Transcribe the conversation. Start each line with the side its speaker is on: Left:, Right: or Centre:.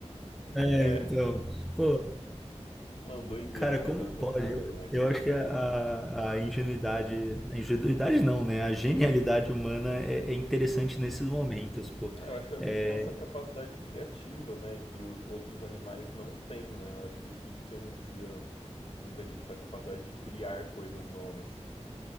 Centre: É,
Left: É,
Centre: então. Pô,
Left: Não, doideira
Centre: Cara,
Left: pensar
Centre: como
Left: nessas
Centre: pode?
Left: coisas,
Centre: Eu,
Left: né, cara?
Centre: eu acho que a, a ingenuidade, a ingenuidade não, né? A genialidade humana é, é interessante nesses momentos, pô.
Left: Eu acho que é muito
Centre: É,
Left: da nossa capacidade criativa, né, que o- outros animais não têm, né? Eu acho que isso que diferencia muita gente, essa capacidade de criar coisas novas.